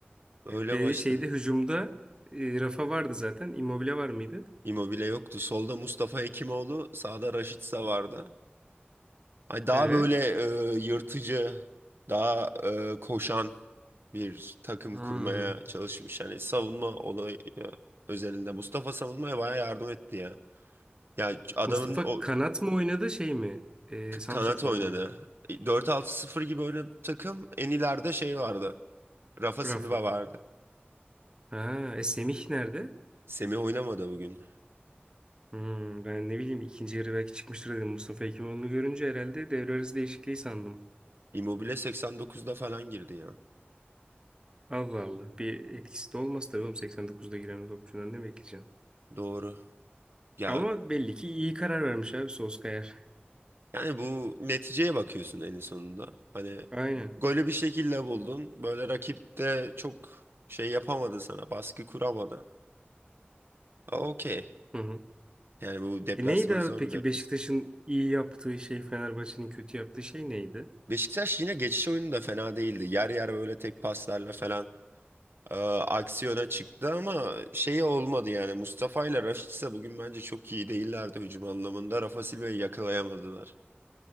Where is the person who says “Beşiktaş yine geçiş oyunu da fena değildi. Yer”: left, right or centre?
Right